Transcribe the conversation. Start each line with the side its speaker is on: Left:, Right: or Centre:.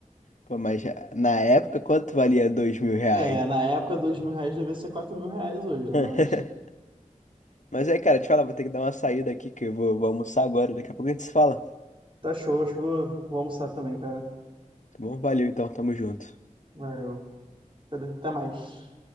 Left: Pô, mas já- na época, quanto valia dois mil reais?
Right: É, na época, dois mil reais devia ser quatro mil reais hoje, né?
Left: <laughs>
Right: Mas
Left: Mas é, cara, te falar, vou ter que dar uma saída aqui, que eu vou, vou almoçar agora. Daqui a pouco a gente se fala.
Right: tá show, acho que vou, vou almoçar também, cara.
Left: Tá bom? Valeu então, tamo junto.
Right: Valeu. Até até mais.